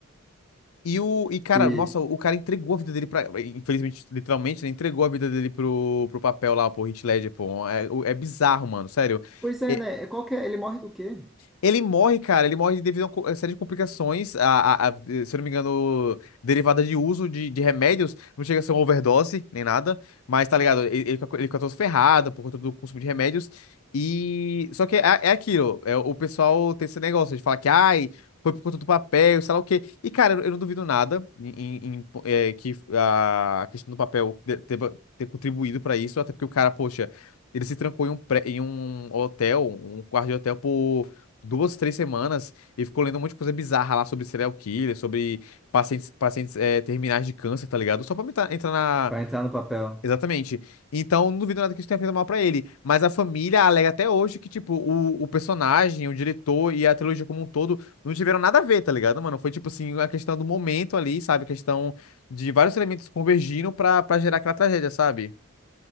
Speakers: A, on the left; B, in the centre.
A: E, o, e, cara,
B: e...
A: nossa, o cara entregou a vida dele pra. Infelizmente, literalmente, né? Entregou a vida dele pro, pro papel lá, pro Heath Ledger, pô. É, o- é bizarro, mano, sério.
B: Pois é,
A: É,
B: né? É, Qual que é? Ele morre do quê?
A: Ele morre, cara, ele morre devido a uma co- a série de complicações, a, a- a- se eu não me engano, derivada de uso de, de remédios, não chega a ser uma overdose, nem nada, mas tá ligado, ele, ele, fica- ele fica todo ferrado por conta do consumo de remédios, e... Só que é, é aquilo, é, o pessoal tem esse negócio de falar que, ai, foi por conta do papel, sei lá o quê, e cara, eu, eu não duvido nada em, em- em, é, que a a questão do papel de- deva ter contribuído pra isso, até porque o cara, poxa, ele se trancou em um, pré- em um hotel, um quarto de hotel por duas, três semanas e ficou lendo um monte de coisa bizarra lá sobre serial killer, sobre pacientes, pacientes eh, terminais de câncer, tá ligado? Só pra me tá- entrar na.
B: Pra entrar no papel.
A: Exatamente. Então, não duvido nada que isso tenha feito mal pra ele. Mas a família alega até hoje que, tipo, o, o personagem, o diretor e a trilogia como um todo não tiveram nada a ver, tá ligado, mano? Foi, tipo assim, a questão do momento ali, sabe? A questão de vários elementos convergindo pra, pra gerar aquela tragédia, sabe?